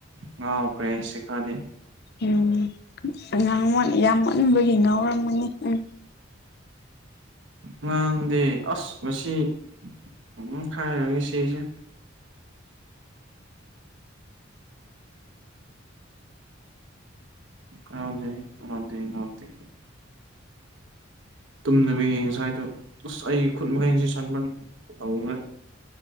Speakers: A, on the right; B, on the left.
A: ꯉꯥꯎꯈ꯭ꯔꯦ ꯑꯩ ꯁꯤ ꯈꯗꯤ
B: ꯎꯝ ꯉꯥꯡꯣꯟ ꯌꯥꯝ ꯑꯣꯟꯕꯒꯤ ꯉꯥꯎꯔꯝꯃꯅꯤ ꯎꯝ
A: ꯉꯥꯡꯗꯦ ꯑꯁ ꯉꯁꯤ ꯎꯝ ꯈꯥꯏꯅ ꯃꯤꯁꯤꯁꯤꯦ
B: <inaudible>
A: ꯍꯗ ꯍꯗꯦ ꯍꯗꯤꯦ
B: <inaudible>
A: ꯇꯨꯝꯗꯅꯕ ꯌꯦꯡꯉ ꯁ꯭ꯋꯥꯏꯗꯣ ꯑꯁ ꯑꯩ ꯈꯨꯠ ꯃꯈꯩꯁꯤ ꯁꯟꯝꯕꯟ ꯇꯧꯈꯦ